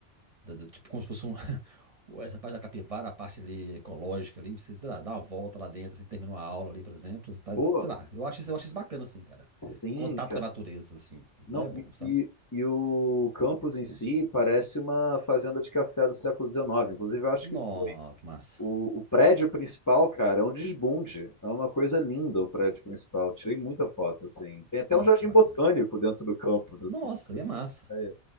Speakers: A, on the right (about 35°); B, on the left (about 25°).
A: da- do- tipo como se fosse um, <laughs> essa parte da capivara, a parte ali ecológica ali, você, sei lá, dá uma volta lá dentro, assim, termina uma aula ali, por exemplo, você tá,
B: Pô,
A: sei lá, eu acho, isso- eu acho isso bacana, assim, cara.
B: sim,
A: Contato
B: cara.
A: com a natureza, assim,
B: Não,
A: é bom, sabe?
B: e, e- e o campus em si parece uma fazenda de café do século XIX, inclusive eu acho
A: Nó,
B: que foi.
A: que massa.
B: O, o prédio principal, cara, é um desbunde. É uma coisa linda o prédio principal. Tirei muita foto, assim. Tem até
A: Nossa,
B: um jardim
A: que bacana.
B: botânico dentro do campus, assim,
A: Nossa,
B: pra você
A: e é
B: ter
A: massa.
B: ideia.